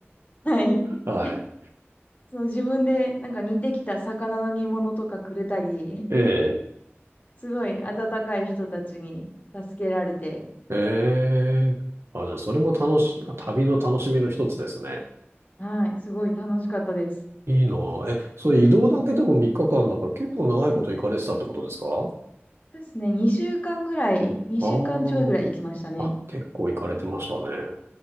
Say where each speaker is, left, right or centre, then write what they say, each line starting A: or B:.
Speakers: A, on the left; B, on the right.
A: はい。
B: う。<laughs> はい。
A: <laughs> その自分でなんか煮てきた魚の煮物とかくれたり、
B: ええ、
A: すごい温かい人たちに助けられて、
B: ええ。あ、じゃあ、それも楽し、旅の楽しみの一つですね。
A: はい、すごい楽しかったです。
B: いいなあ。え、それ移動だけでも3日間だから結構長いこと行かれてたってことですか
A: そうですね、2週間ぐらい、2週間ちょいぐらい行きましたね。
B: あああ、結構行かれてましたね。